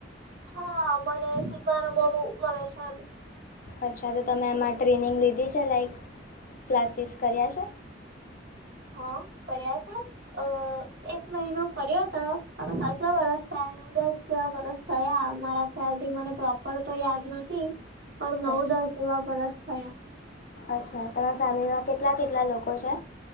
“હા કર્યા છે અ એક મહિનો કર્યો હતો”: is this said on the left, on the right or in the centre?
Right